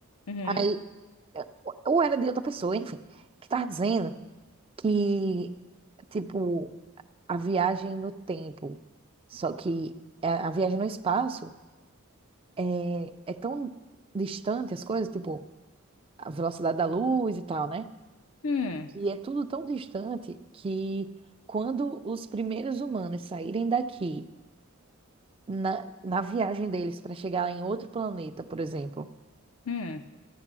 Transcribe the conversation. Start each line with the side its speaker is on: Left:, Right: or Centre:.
Left: uhum,
Right: Aí, ou era de outra pessoa, enfim, que tava dizendo que, tipo, a viagem no tempo, só que a a viagem no espaço é é tão distante as coisas, tipo, a velocidade da luz e tal, né?
Left: hum,
Right: E é tudo tão distante que quando os primeiros humanos saírem daqui na, na viagem deles para chegar em outro planeta, por exemplo,
Left: hum.